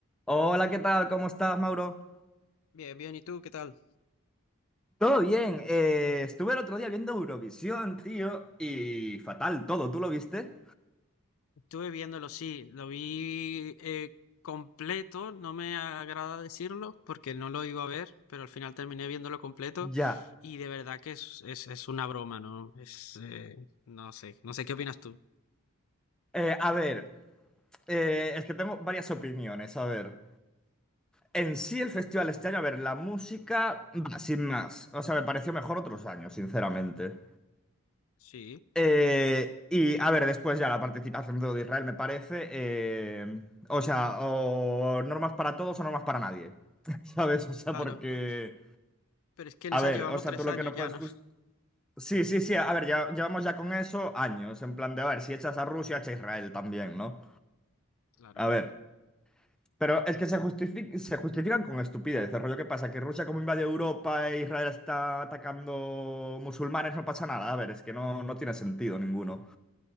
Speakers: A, in the centre; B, on the left.
A: Hola, ¿qué tal? ¿Cómo estás, Mauro?
B: Bien, bien, ¿y tú qué tal?
A: Todo bien. eh, estuve el otro día viendo Eurovisión, tío, y fatal todo. ¿Tú lo viste?
B: Estuve viéndolo, sí, lo vi eh, completo, no me agrada decirlo porque no lo iba a ver, pero al final terminé viéndolo completo
A: Ya.
B: y de verdad que es, es, es una broma, ¿no? Es, eh, no sé, no sé qué opinas tú.
A: Eh, a ver, eh, es que tengo varias opiniones. A ver, en sí el festival este año, a ver, la música, bah, sin más. O sea, me pareció mejor otros años, sinceramente.
B: Sí,
A: Eh, y a ver, después ya la participación de Israel me parece, eh, o sea, o normas para todos o normas para nadie. <laughs> ¿Sabes? O sea,
B: Claro,
A: porque...
B: pe- pero es que en esa
A: A ver,
B: llevamos
A: o sea,
B: tres
A: tú lo
B: años
A: que no
B: ya,
A: puedes
B: ¿no?
A: jus- Sí, sí, sí, a ver, ya llevamos ya con eso años, en plan de, a ver, si echas a Rusia, echa a Israel también, ¿no?
B: claro.
A: A ver, pero es que se justifi- se justifican con estupidez, el rollo que pasa, que Rusia como invade Europa e Israel está atacando musulmanes, no pasa nada, a ver, es que no, no tiene sentido ninguno.